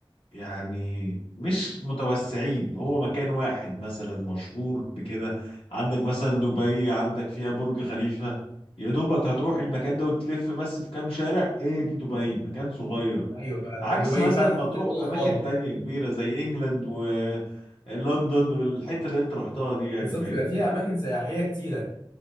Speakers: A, on the left; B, on the left.
A: يعني مش متوسعين هو مكان واحد مثلا مشهور بكده عندك مثلا دبي عندك فيها برج خليفة يا دوبك هتروح المكان ده وتلف بس في كام شارع هي دي دبي مكان صغير
B: ايوه فعلا
A: عكس
B: يعني دبي
A: مثلا
B: فعلا
A: ما
B: حاطين
A: تروح
B: اوضه وصاله
A: أماكن تانية كبيرة زي إنجلاند ولندن والحتة اللي أنت رحتها دي يعني
B: بالظبط
A: فاهمني
B: بيبقى فيها اماكن سياحيه كتيره